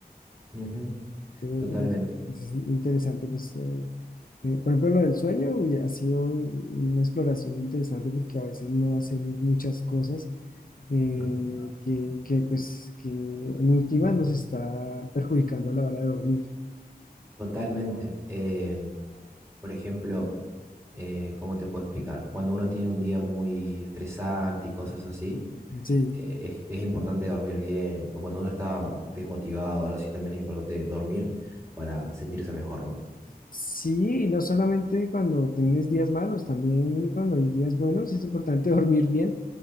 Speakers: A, on the right; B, on the left.
A: ujú,
B: Entonces
A: Totalmente.
B: es, es interesante, pues, eh, eh, por ejemplo, lo del sueño uy, ha sido una exploración interesante porque a veces no hacemos muchas cosas eh,
A: ujú,
B: que, que, pues, que en última nos está perjudicando a la hora de dormir.
A: Totalmente. Eh, por ejemplo, eh, ¿cómo te puedo explicar? Cuando uno tiene un día muy estresante y cosas así,
B: Sí,
A: eh, es, es importante dormir bien. O cuando uno está desmotivado o algo así, también es importante dormir para sentirse mejor, ¿no?
B: sí, y no solamente cuando tienes días malos, también cuando hay días buenos es importante <laughs> dormir bien